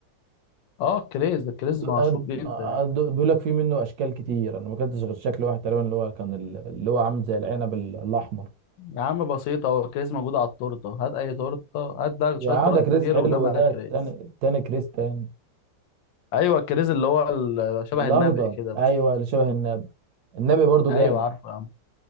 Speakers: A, on the left (about 80°); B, on the right (about 70°).
A: اه الكريز ده الكريز
B: دو- أه-
A: مشهور جدا
B: أه- آه،
A: يعني
B: دو- بيقول لك في منه اشكال كتير انا ما اكلتش غير شكل واحد تقريبا اللي هو كان ال- اللي هو عامل زي العنب ال- الاحمر
A: يا عم بسيطة هو الكريز موجود على التورتة هات اي تورتة هات ده
B: يا
A: شوية
B: عم
A: تورت
B: ده كريز
A: كتير
B: حلو
A: وجمع
B: ده
A: الكريز
B: التاني التاني كريز تاني
A: ايوه الكريز اللي هو ال- شبه
B: الاخضر
A: النبق كده
B: ايوه
A: بس
B: اللي شبه النب النبي برضه
A: ايوه
B: جامد
A: عارفه يا عم